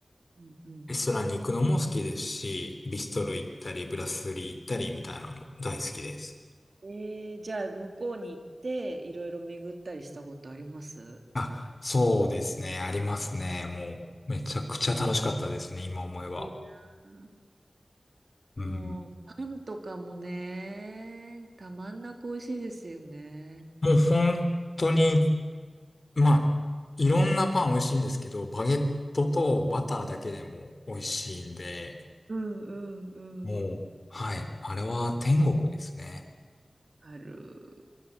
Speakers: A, on the right; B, on the left.
A: うんうん
B: レストランに行くのも好きですし、ビストロ行ったり、ブラスリー行ったりみたいなのも大好きです。
A: えー、じゃあ、向こうに行って、いろいろ巡ったりしたことあります
B: あ、そうですね。ありますね。もう、めちゃくちゃ楽しかったですね。今思えば。
A: いいなあ
B: うん。
A: もう、パンとかもね、たまんなく美味しいですよね。
B: もう本当に、まあ、いろんなパン美味しいんですけど、バゲットとバターだけでも美味しいんで、
A: うんうんうん。
B: もう、はい。あれは天国ですね。
A: ある。